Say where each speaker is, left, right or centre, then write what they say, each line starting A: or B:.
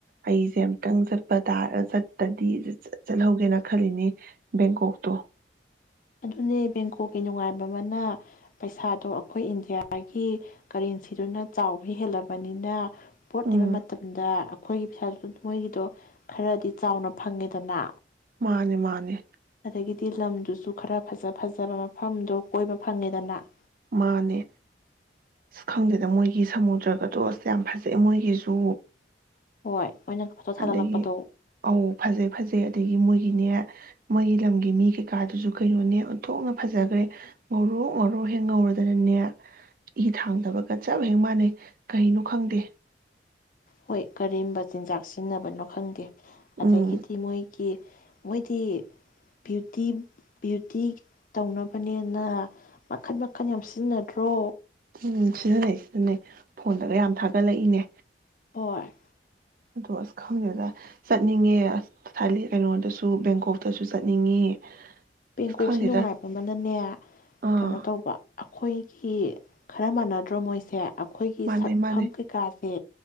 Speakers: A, on the right (about 50°); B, on the left (about 45°).
A: ꯑꯩꯁꯦ ꯑꯃꯨꯛꯇꯪ ꯆꯠꯄ ꯇꯥꯔ ꯇꯗꯤ ꯆꯠꯍꯧꯒꯦꯅ ꯈꯜꯂꯤꯅꯦ ꯕꯦꯡꯀꯣꯛꯇꯣ
B: ꯑꯗꯨꯅꯦ ꯕꯦꯡꯀꯣꯛꯀꯤ ꯅꯨꯡꯉꯥꯏꯕ ꯑꯃꯅ ꯄꯩꯁꯥꯗꯣ ꯑꯩꯈꯣꯏ ꯏꯟꯗꯤꯌꯥꯒꯤ ꯀꯔꯦꯟꯁꯤꯗꯨꯅ ꯆꯥꯎꯕ ꯍꯦꯜꯂꯕꯅꯤꯅ ꯄꯣꯠ
A: ꯎꯝ
B: ꯂꯩꯕ ꯃꯇꯝꯗ ꯑꯩꯈꯣꯏꯒꯤ ꯄꯩꯁꯥ ꯑꯗꯨ ꯃꯣꯏꯒꯤꯗꯣ ꯈꯔꯗꯤ ꯆꯥꯎꯅ ꯐꯪꯉꯦꯗꯅ
A: ꯃꯥꯅꯦ ꯃꯥꯅꯦ
B: ꯑꯗꯒꯤꯗꯤ ꯂꯝꯗꯨꯁꯨ ꯈꯔ ꯐꯖ ꯐꯖꯕ ꯃꯐꯝꯗꯣ ꯀꯣꯏꯕ ꯐꯪꯉꯦꯗꯅ
A: ꯃꯥꯅꯦ ꯑꯁ ꯈꯪꯗꯦꯗ ꯃꯣꯏꯒꯤ ꯁꯃꯨꯗ꯭ꯔꯒꯗꯣ ꯑꯁ ꯌꯥꯝ ꯐꯖꯩꯑ ꯃꯣꯏꯒꯤꯁꯨ
B: ꯍꯣꯏ ꯃꯣꯏꯅ ꯐꯣꯇꯣ ꯊꯥꯒꯠꯂꯛꯄꯗꯣ
A: ꯑꯗꯒꯤ ꯑꯧ ꯐꯖꯩ ꯐꯖꯩ ꯑꯗꯒꯤ ꯃꯣꯏꯒꯤꯅꯦ ꯃꯣꯏꯒꯤ ꯂꯝꯒꯤ ꯃꯤ ꯀꯩꯀꯥꯗꯨꯁꯨ ꯀꯩꯅꯣꯅꯦ ꯑꯣꯟꯊꯣꯛꯅ ꯐꯖꯈ꯭ꯔꯦ ꯉꯧꯣꯔꯣꯛ ꯉꯧꯣꯔꯣꯛ ꯍꯦꯛ ꯉꯧꯔꯗꯅꯅꯦ ꯏ ꯊꯥꯡꯗꯕꯒ ꯆꯞ ꯍꯦꯛ ꯃꯥꯟꯅꯩ ꯀꯩꯅꯣ ꯈꯪꯗꯦ
B: ꯍꯣꯏ ꯀꯔꯤꯕ ꯆꯤꯟꯖꯥꯛ ꯁꯤꯖꯤꯟꯅꯕꯅꯣ ꯈꯪꯗꯦ ꯑꯗꯒꯤꯗꯤ
A: ꯎꯝ
B: ꯃꯣꯏꯒꯤ ꯃꯣꯏꯗꯤ ꯕ꯭ꯌꯨꯇꯤ ꯕ꯭ꯌꯨꯇꯤ ꯇꯧꯅꯕꯅꯤꯅ ꯃꯈꯟ ꯃꯈꯟ ꯌꯥꯝ ꯁꯤꯖꯤꯟꯅꯗ꯭ꯔꯣ
A: ꯎꯝ ꯁꯤꯖꯤꯟꯅꯩ ꯁꯤꯖꯤꯟꯅꯩ ꯐꯣꯟꯗꯒ ꯌꯥꯝ ꯊꯥꯒꯠꯂꯛꯏꯅꯦ
B: ꯍꯔ
A: ꯑꯗꯣ ꯑꯁ ꯈꯪꯗꯦꯗ ꯆꯠꯅꯤꯡꯉꯦ ꯑꯁ ꯊ ꯀꯩꯅꯣꯗꯁꯨ ꯕꯦꯡꯀꯣꯛꯇꯁꯨ ꯆꯠꯅꯤꯡꯉꯤ ꯑꯁ
B: ꯦꯡꯀꯣꯛꯁꯦ
A: ꯈꯪꯗꯦꯗ
B: ꯅꯨꯡꯉꯥꯏꯕ ꯑꯃꯅꯅꯦ
A: ꯑꯥ
B: ꯀꯩꯅꯣ ꯇꯧꯕ ꯑꯩꯈꯣꯏꯒꯤ ꯈꯔ ꯃꯥꯟꯅꯗ꯭ꯔꯣ ꯃꯣꯏꯁꯦ ꯑꯩꯈꯣꯏꯒꯤ
A: ꯃꯥꯟꯅꯩ
B: ꯁꯛꯐꯝ
A: ꯃꯥꯟꯅꯩ
B: ꯀꯩꯀꯥꯁꯦ